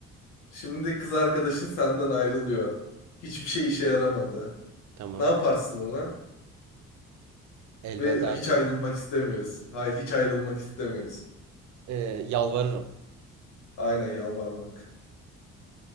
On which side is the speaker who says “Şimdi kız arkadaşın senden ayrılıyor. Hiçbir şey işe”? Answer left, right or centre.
Left